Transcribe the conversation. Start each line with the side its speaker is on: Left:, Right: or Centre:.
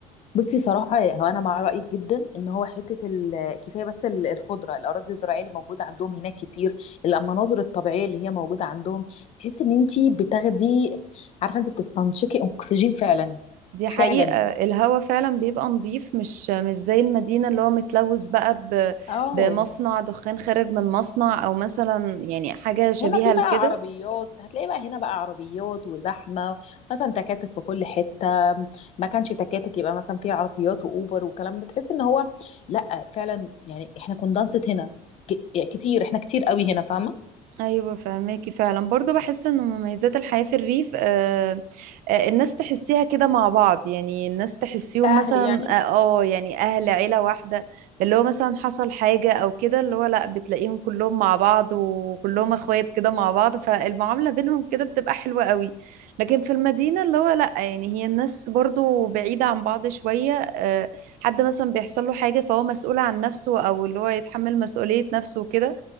Left: بصي صراحة هو أنا مع رأيك جدا إن هو حتة ال- كفاية بس ال- الخضرة الأراضي الزراعية اللي موجودة عندهم هناك كتير المناظر الطبيعية اللي هي موجودة عندهم تحس إن أنتي بتاخدي عارفة أنتي بتستنشقي أكسجين فعلا
Right: دي حقيقة
Left: فعلا
Right: الهوا فعلا بيبقى نظيف مش مش زي المدينة اللي هو متلوث بقى ب-
Left: اه
Right: بمصنع دخان خارج من مصنع أو مثلا يعني حاجة شبيهة
Left: هنا في
Right: لكده
Left: بقى عربيات هتلاقي بقى هنا بقى عربيات وزحمه مثلا تكاتك في كل حته ما كانش تكاتك يبقى مثلا في عربيات واوبر والكلام ده تحس ان هو لا فعلا يعني احنا كنا دانسة هنا ك- كتير احنا كتير قوي هنا فاهمه
Right: ايوه فهماكي فعلا برضه بحس ان مميزات الحياه في الريف آه آه الناس تحسيها كده مع بعض يعني الناس تحسيهم
Left: كأهلي
Right: مثلا
Left: يعني
Right: اه آه، يعني اهل عيله واحده اللي هو مثلا حصل حاجه او كده اللي هو لا بتلاقيهم كلهم مع بعض وكلهم اخوات كده مع بعض فالمعامله بينهم كده بتبقى حلوه قوي لكن في المدينه اللي هو لا يعني هي الناس برضه بعيده عن بعض شويه آه حد مثلا بيحصل له حاجه فهو مسؤول عن نفسه او اللي هو يتحمل مسؤوليه نفسه وكده